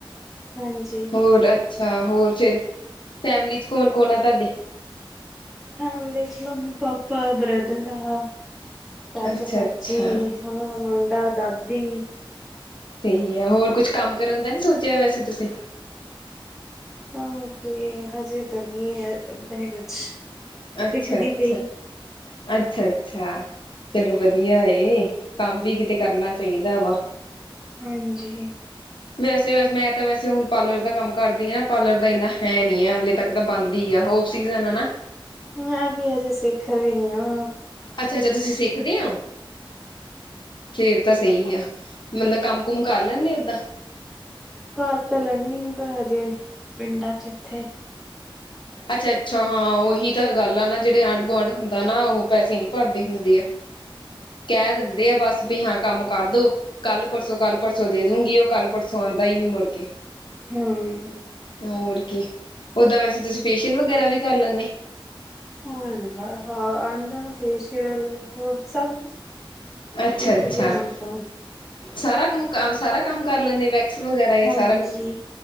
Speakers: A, in the centre; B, on the left (about 60°).
A: ਹਾਂਜੀ।
B: ਹੋਰ ਅੱਛਾ ਹੋਰ ਫਿਰ, ਫੈਮਿਲੀ ਚ ਕੌਣ-ਕੌਣ ਆ ਤਾਡੇ।
A: ਫੈਮਲੀ ਚ ਮੰਮੀ ਪਾਪਾ ਬ੍ਰਦਰਦਰ ਆ ਚਾਚਾ
B: ਅੱਛਾ
A: ਚਾਚੀ
B: ਅੱਛਾ
A: ਉਹਨਾਂ ਦਾ ਮੁੰਡਾ ਦਾਦੀ
B: ਸਹੀ ਆ। ਹੋਰ ਕੁਛ ਕੰਮ ਕਰਨ ਦਾ ਨੀ ਸੋਚਿਆ ਵੈਸੇ ਤੁਸੀਂ।
A: ਕੰਮ ਕੀ ਹਜੇ ਤਾਂ ਨੀ ਐ ਏਦਾਂ ਕੁਛ
B: ਅੱਛਾ-ਅੱਛਾ,
A: ਸਿੱਖਦੀ ਪਈ
B: ਅੱਛਾ-ਅੱਛਾ ਚਲੋ ਵਧੀਆ ਏ। ਕੰਮ ਵੀ ਕਿਤੇ ਕਰਨਾ ਚਾਈਦਾ ਵਾ।
A: ਹਾਂਜੀ।
B: ਵੈਸੇ, ਮੈਂ ਤਾਂ ਵੈਸੇ ਹੁਣ ਪਾਲਰ ਦਾ ਕੰਮ ਕਰਦੀ ਆ। ਪਾਲਰ ਦਾ ਇੰਨਾ ਹੈ ਨੀ ਆ। ਹਾਲੇ ਤੱਕ ਤਾਂ ਬਣਦੀ ਈ ਆ। ਉਹਫ ਸੀਜ ਐ ਨਾ
A: ਮੈਂ ਵੀ ਅਜੇ ਸਿੱਖ ਰਈ ਆ।
B: ਅੱਛ-ਅੱਛਾ ਤੁਸੀਂ ਸਿੱਖਦੇ ਓ? ਫਿਰ ਤਾਂ ਸਈ ਆ। ਮਤਲਬ ਕੰਮ- ਕੁਮ ਕਰ ਲੈਂਦੇ, ਓਦਾਂ?
A: ਕਰ ਤਾਂ ਲੈਨੀ ਆ। ਪਰ ਹਜੇ ਪਿੰਡਾਂ ਚ ਇੱਥੇ
B: ਅੱਛਾ-ਅੱਛਾ ਹਾਂ ਉਹੀ ਤਾਂ ਗੱਲ ਆ ਨਾ। ਜਿਹੜੇ ਆਂਢ- ਗੁਆਂਢ ਹੁੰਦਾ ਨਾ। ਉਹ ਪੈਸੇ ਨੀ ਭਰਦੇ ਹੁੰਦੇ ਆ। ਕਹਿ
A: ਹੋਰ
B: ਦਿੰਦੇ
A: ਕੀ
B: ਆ ਬਸ ਹਾਂ ਕੰਮ ਕਰਦੋ। ਕੱਲ ਪਰਸੋਂ, ਕੱਲ ਪਰਸੋਂ, ਦੇ ਦੂੰਗੀ ਉਹ ਕੱਲ ਪਰਸੋਂ ਆਂਦਾ ਈ ਨੀ ਮੁੜਕੇ।
A: ਹੂੰ।
B: ਹੋਰ ਕੀ। ਓਦਾਂ ਵੈਸੇ ਤੁਸੀਂ ਫੇਸ਼ੀਅਲ ਵਗੈਰਾ ਵੀ ਕਰ ਲੈਂਦੇ?
A: ਹੋਰ ਨੀ ਬਾਲਾ, ਆਦਾ ਫੇਸ਼ੀਅਲ ਸਭ
B: ਅੱਛਾ-ਅੱਛਾ
A: ਸਿੱਖ ਗਏ ਹੁਣ ਤਾਂ
B: ਸਾਰਾ ਕੰਮ- ਸਾਰਾ ਅ ਕੰਮ ਕਰ ਲੈਂਦੇ ਵੇ ਸੁਹ ਰਹੀ
A: ਹਾਂਜੀ
B: ਈ ਸਾਰਾ ਕੁਛ,